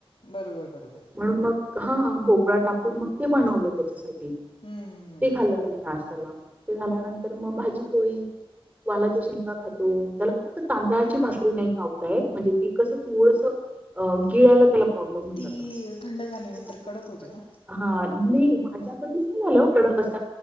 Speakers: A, on the left (about 75°); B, on the right (about 20°).
A: बरोबर, बरोबर.
B: म्हणून मग हा भोपळा टाकून मग ते बनवलं त्याच्यासाठी
A: हं, हं, हं.
B: ते खाल्लं त्याने ते झाल्यानंतर मग भाजी पोळी वालाच्या शेंगा खातो त्याला फक्त तांदळाची भाकरी नाही चावतायेत म्हणजे ती कसं थोडस गिळला त्याला प्रॉब्लेम होन
A: ती
B: जात थं
A: थंड झाल्यानंतर कडक होते ना?
B: नाही माझ्या कधीच नाही आल कड कस